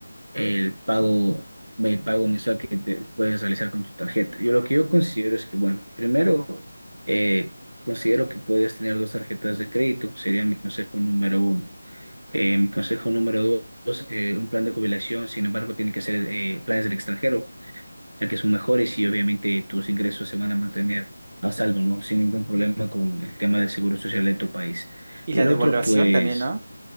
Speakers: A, on the right; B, on the right.
A: el pago, el pago mensual que te puedes realizar con tu tarjeta. Yo lo que yo considero es que, bueno, primero, eh, considero que puedes tener dos tarjetas de crédito, sería mi consejo número uno eh, consejo número dos, eh, un plan de jubilación, sin embargo, tiene que ser eh, planes del extranjero, ya que son mejores y obviamente tus ingresos se van a mantener a salvo, ¿no? Sin ningún problema con el tema del seguro social de tu país.
B: Y
A: Y
B: la
A: el
B: devaluación
A: otro, pues,
B: también, ¿no?